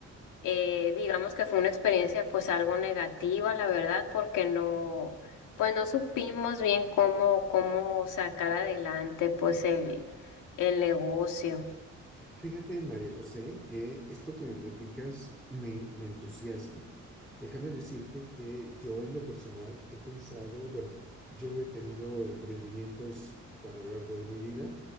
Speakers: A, on the left; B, in the centre.
A: Eh, digamos que fue una experiencia pues algo negativa, la verdad, porque no, pues no supimos bien cómo, cómo sacar adelante pues el, el negocio.
B: Fíjate, María José, que esto que me platicas me, me entusiasma. Déjame decirte que yo en lo personal he pensado, bueno, yo he tenido emprendimientos a lo largo de mi vida,